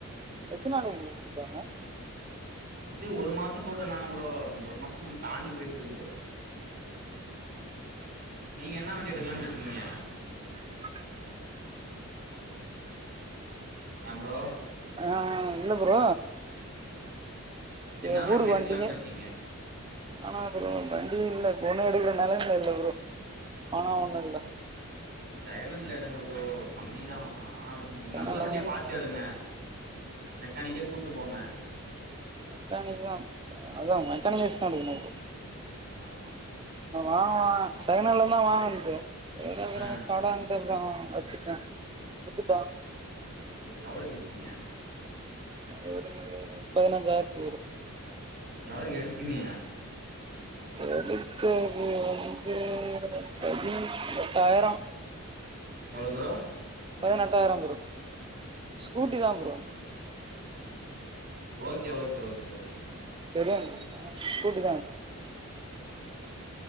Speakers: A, on the right (about 20°); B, on the right (about 45°).
A: எத்னாலு இத குடுபாங்க
B: இது ஒரு மாசோ போட்டுதிருந்தாங்க ப்ரோ ஒரு மாஸ் முன் தாண்டி போயிட்ருக்குது நீங்க என்னா வண்டி எடுக்கலான்டிருகீங்க
A: <inaudible> <inaudible>
B: ஏ ப்ரோ
A: ஆஆஇல்ல ப்ரோ
B: என்ன
A: ஏ
B: வண்டி
A: ஊருக்கு
B: எடுக்கலான்னு
A: வன்டீங்க
B: இருக்கீங்க
A: ஆனா ப்ரோ வண்டியு இல்ல ஃபோனு எடுக்கற நிலமைல இல்ல ப்ரோ ஆனா ஒண்ணு இல்ல
B: செகண்லண்ல எடுங்க ப்றோ கம்மி தா ஆனா ஆனா வன்
A: அதனாலதா
B: நல்ல வண்டியா பாத்து எடுங்க மெக்கானிக்க கூட்டு போங்க
A: மெக்கானிக் தா அதா மெக்கானிக் வஸ்தா எடுக்கனு
B: ஆமா ப்ரோ
A: வாங்லா செகனல்ல தா வாங்கன்து சேரி அப்ரம்
B: ஆ
A: கடண்டிருகாங்க வச்சிட்ட ஆ
B: செரி எவ்ளோக்கு வித்திங்க
A: அது ஒரு பதினஞ்சாயிறதுக்கு வரும்
B: எவ்ளோகு எடுத்தினி
A: எடுத்தது வந்து பதி எட்டாயிரோ
B: எவ்வளோ ப்ரோ
A: பதினெட்டாயிரம் புரோ ஸ்கூட்டி தா bro
B: okay okay okay okay
A: பெரிய வண்டி இல்ல ஸ்கூட்டி தா எடுத்த